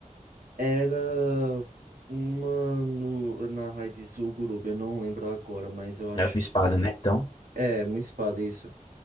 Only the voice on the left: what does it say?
Era uma espada,
né? Então.